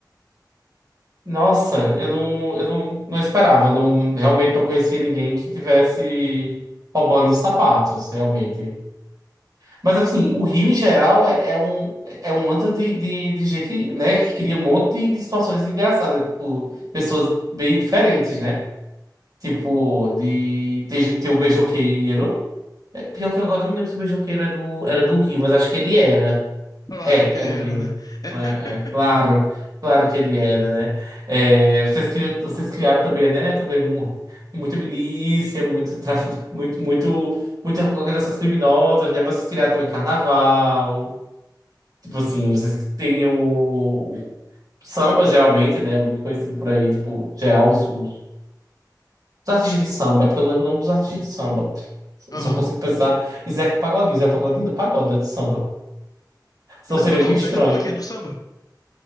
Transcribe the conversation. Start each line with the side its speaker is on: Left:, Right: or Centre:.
Right: Nossa, eu não, eu não, não esperava, não, realmente não conhecia ninguém que tivesse roubando os sapatos, realmente. Mas assim, o Rio em geral é, é um é um antro de, de, de gente, né, que cria um monte de, de situações engraçadas, tipo, pessoas bem diferentes, né? Tipo, de tem, gen- tem o beijoqueiro. É, pior que agora eu não lembro se o beijoqueiro é do, era do Rio, mas acho que ele era.
Left: Claro
Right: É,
Left: que ele
Right: é do
Left: era,
Right: Rio.
Left: né? É.
Right: É,
Left: <laughs>
Right: é claro, claro que ele era, né? É, vocês criam, vocês criaram também, né? Também mu- muita milícia, muito, tráfico, <laughs> muito, muito, muitas organizações criminosas, né? Mas Vocês criaram também carnaval. Tipo assim, vocês têm o, o samba, geralmente, né? Muito conhecido por aí, tipo, geral, os, os, os artistas de samba, é porque eu não lembro o nome dos artistas de samba.
Left: Aham.
Right: Eu só consigo pensar em Zeca Pagodinho, Zeca Pagodinho é do pagode, né? Do samba. Senão
Left: Não,
Right: seria
Left: não, não.
Right: muito
Left: Zeca
Right: estranho.
Left: Pagodinho é do samba.